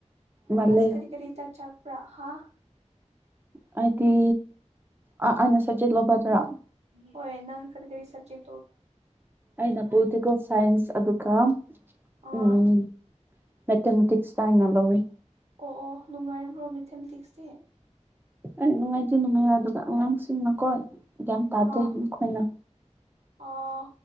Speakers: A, on the right; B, on the right.
A: ꯃꯥꯜꯂꯦ
B: ꯀ꯭ꯂꯥꯁ ꯀꯔꯤ ꯀꯔꯤꯗ ꯆꯞꯄꯔꯥ ꯍꯥ
A: ꯍꯥꯏꯗꯤ ꯑ ꯑꯩꯅ ꯁꯖꯦꯠ ꯂꯧꯕꯗ꯭ꯔꯥ
B: ꯍꯣꯏ ꯅꯪ ꯀꯔꯤ ꯀꯔꯤ ꯁꯞꯖꯦꯛ
A: ꯑꯩꯅ ꯄꯣꯂꯤꯇꯤꯀꯦꯜ ꯁꯥꯏꯟꯁ ꯑꯗꯨꯒ ꯎꯝ
B: ꯑꯥ
A: ꯃꯦꯊꯃꯦꯇꯤꯛ ꯁꯇꯥꯏꯩꯅ ꯂꯧꯋꯤ
B: ꯑꯣ ꯑꯣ ꯅꯨꯡꯉꯥꯏꯔꯤꯕ꯭ꯔꯣ ꯃꯦꯊꯃꯦꯇꯤꯛꯁꯇꯤ
A: ꯑꯩ ꯅꯨꯡꯉꯥꯏꯇꯦ ꯅꯨꯡꯉꯥꯏ ꯑꯗꯨꯒ ꯑꯉꯥꯡꯁꯤꯡꯅꯀꯣ ꯒ꯭ꯌꯥꯟ ꯇꯥꯗꯦ
B: ꯑꯥ
A: ꯃꯈꯣꯏꯅ
B: ꯑꯥ